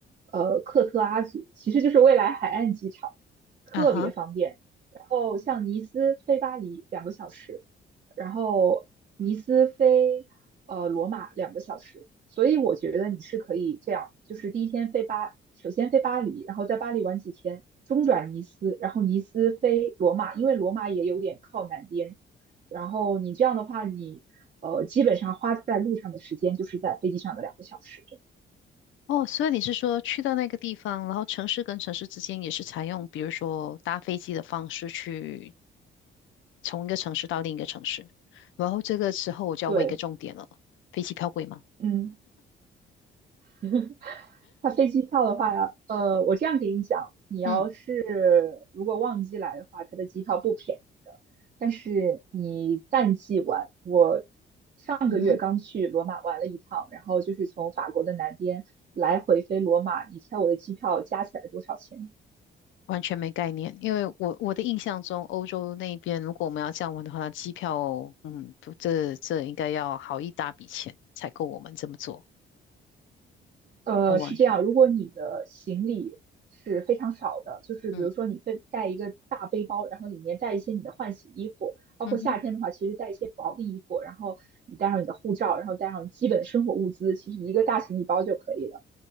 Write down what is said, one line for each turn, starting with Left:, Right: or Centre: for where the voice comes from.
Right: 呃克特阿祖，其实就是未来海岸机场，特别方便。
Left: 啊哈。
Right: 然后像尼斯飞巴黎两个小时，然后尼斯飞呃罗马两个小时，所以我觉得你是可以这样，就是第一天飞巴，首先飞巴黎，然后在巴黎玩几天，中转尼斯，然后尼斯飞罗马，因为罗马也有点靠南边，然后你这样的话，你呃基本上花在路上的时间就是在飞机上的两个小时。
Left: 哦，所以你是说去到那个地方，然后城市跟城市之间也是采用，比如说搭飞机的方式去从一个城市到另一个城市。然后这个时候我就要问一个重点了，
Right: 对，
Left: 飞机票贵吗？
Right: 嗯。<laughs> 它飞机票的话呃，我这样给你讲，你要是如果旺季来的话，
Left: 嗯
Right: 它的机票不便宜的。但是你淡季玩，我上个月刚去罗马玩了一趟，
Left: 嗯哼，
Right: 然后就是从法国的南边来回飞罗马，你猜我的机票加起来多少钱？
Left: 完全没概念，因为我我的印象中，欧洲那边如果我们要这样玩的话，那机票，嗯，不这这应该要好一大笔钱才够我们这么做。
Right: 呃，
Left: 我完全没有
Right: 是这样，如果你的行李是非常少的，就是比如说你非带一个大背包，
Left: 嗯。
Right: 然后里面带一些你的换洗衣服，包括夏天的话，
Left: 嗯哼，
Right: 其实带一些薄的衣服，然后你带上你的护照，然后带上基本的生活物资，其实一个大行李包就可以了。